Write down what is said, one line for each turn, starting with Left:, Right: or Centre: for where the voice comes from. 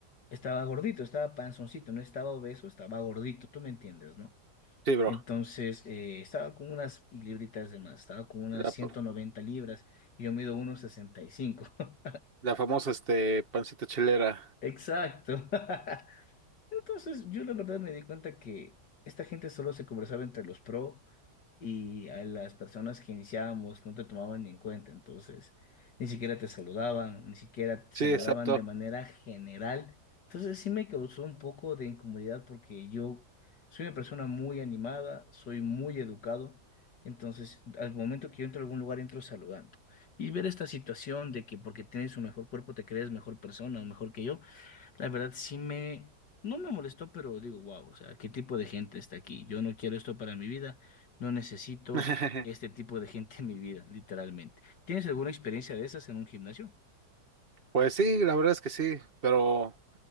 Left: estaba gordito, estaba panzoncito, no estaba obeso, estaba gordito, tú me entiendes, ¿no?
Right: Sí, bro,
Left: Entonces, eh, estaba con unas libritas de más, estaba con unas
Right: la,
Left: 190 libras y yo mido uno sesenta y cinco. <laughs>
Right: la famosa, este, pancita chilera.
Left: Exacto. <laughs> Entonces, yo la verdad me di cuenta que esta gente solo se conversaba entre los pro y a las personas que iniciábamos no te tomaban ni en cuenta, entonces ni siquiera te saludaban, ni siquiera te
Right: Sí,
Left: saludaban
Right: exacto.
Left: de manera general. Entonces sí me causó un poco de incomodidad porque yo soy una persona muy animada, soy muy educado, entonces al momento que yo entro a algún lugar entro saludando. Y ver esta situación de que porque tienes un mejor cuerpo te crees mejor persona o mejor que yo, la verdad sí me, no me molestó, pero digo, wow, o sea, ¿qué tipo de gente está aquí? Yo no quiero esto para mi vida, no necesito
Right: <laughs>
Left: este tipo de gente en mi vida, literalmente. ¿Tienes alguna experiencia de esas en un gimnasio?
Right: Pues sí, la verdad es que sí, pero...